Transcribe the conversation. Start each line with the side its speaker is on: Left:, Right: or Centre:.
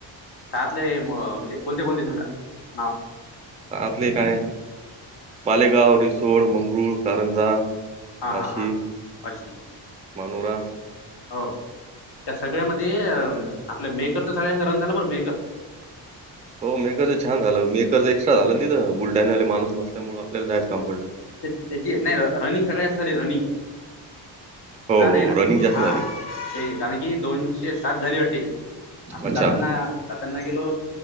Left: साहतले म्हणजे कोणते कोणते समजा नाव.
Right: सहातले काय मालेगाव, रिसोड, मंगरूळ, कारंजा
Left: हां
Right: वाशीम,
Left: हां हां अश्विन
Right: मनुरा
Left: हो त्या सगळ्यामध्ये अ आपल्या मेकरच सगळ्या रन झाला बर. मेकर
Right: हो मेकर छान झाल मेकर तर एक्स्ट्रा झाल ना तिथ. बुलढाण्याले माणुस नसल्यामुळे आपल्याला जायच काम पडल.
Left: त्या त्याची नाही रनिंग सगळ्या साली रनिंग
Right: हो
Left: जाण
Right: हो
Left: येन
Right: रनिंग जास्त
Left: हा
Right: झाली
Left: ते कारण की दोनशे सात झाली वाटते. आपण
Right: अच्छा
Left: जाताना जाताना गेलो